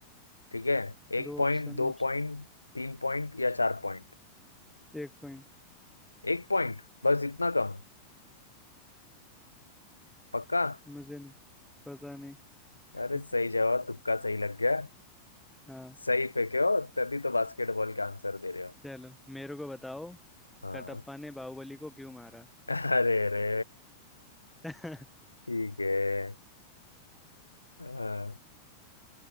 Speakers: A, on the left (about 85°); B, in the centre.
A: ठीक है एक
B: दो
A: पॉइंट
B: ऑप्शन
A: दो
B: ऑप्शन
A: पॉइंट तीन पॉइंट या चार पॉइंट
B: एक पॉइंट
A: एक पॉइंट बस इतना कम पक्का
B: मुझे नहीं पता नहीं
A: अरे
B: <laughs>
A: सही जवाब तुक्का सही लग गया
B: हाँ
A: सही फेंके हो तभी तो बास्केटबॉल का आंसर दे रहे हो
B: चलो मेरे को बताओ
A: हाँ
B: कटप्पा ने बाहुबली को क्यों मारा
A: अरे रे
B: <laughs>
A: ठीक है हाँ,